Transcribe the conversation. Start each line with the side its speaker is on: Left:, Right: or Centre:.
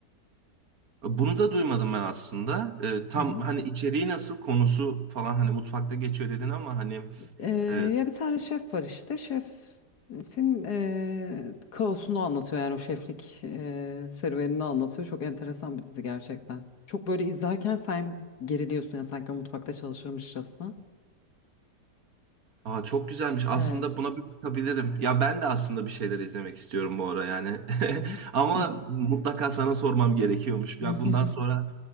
Right: Bunu da duymadım ben aslında. Ee, tam
Left: Hı hı.
Right: hani içeriği nasıl konusu falan hani mutfakta geçiyor dedin ama hani
Left: Ee,
Right: e,
Left: ya bir tane şef var işte. Şefin e, kaosunu anlatıyor yani o şeflik e, serüvenini anlatıyor. Çok enteresan bir dizi gerçekten. Çok böyle izlerken sen geriliyorsun ya sanki o mutfakta çalışırmışçasına.
Right: aa, çok güzelmiş. Aslında
Left: Evet.
Right: buna bir bakabilirim. Ya ben de aslında bir şeyler izlemek istiyorum bu ara yani. <laughs>
Left: Hı hı.
Right: Ama
Left: Hı
Right: mutlaka sana sormam gerekiyormuş.
Left: hı
Right: Ya
Left: hı
Right: bundan
Left: hı.
Right: sonra